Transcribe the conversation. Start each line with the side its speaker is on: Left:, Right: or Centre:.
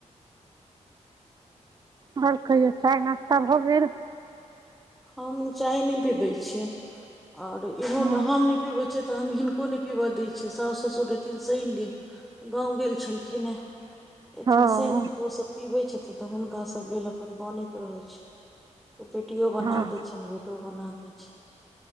Right: आओर कहियौ चाय-नास्ता भऽ गेल।
Centre: हम चाय नय पीबै छियै आओर इहो
Right: हँ
Centre: नय हम नय पीबै छीयै तऽ हम हिनको नय पिबऽ दै छियैे साउस-ससूर एथिन शनि दिन। गाँंव गेल छलखिन आय एथिन
Right: हँ
Centre: शनि दिन त ओ सब‌ पीबे छथिन तऽ हुनका सब लेल अपन बनैत रहै छै तऽ बेटियो बना
Right: हँ
Centre: दय छनि रोट फोटो बना दै छै